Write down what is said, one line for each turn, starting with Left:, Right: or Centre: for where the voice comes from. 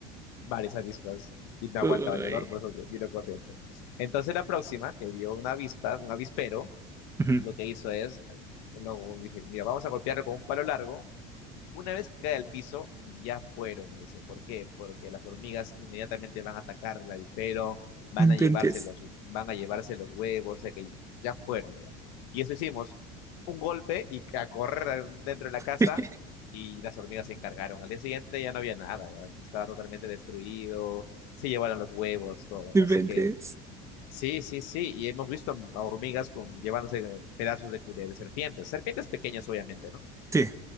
Left: varias avispas y me aguantaba
Right: Uy.
Left: el dolor, por eso que vino corriendo. Entonces la próxima, que vio una avispa, un avispero,
Right: Ujú.
Left: lo que hizo es, lo, dice, mira, vamos a golpearlo con un palo largo una vez que cae al piso, ya fueron, me dice. ¿Por qué? Porque las hormigas inmediatamente van a atacar el avispero, van
Right: No inventes.
Left: a llevarse los, van a llevarse los huevos, o sea que ya fueron, ya. Y eso hicimos, un golpe y a correr dentro de la casa
Right: <laughs>
Left: y las hormigas se encargaron. Al día siguiente ya no había nada, ya estaba totalmente destruido, se llevaron los huevos, todo.
Right: No
Left: Así
Right: inventes.
Left: que sí, sí, sí, y hemos visto a hormigas con, llevándose pedazos de, cu- de serpientes, serpientes pequeñas obviamente, ¿no?
Right: Sí,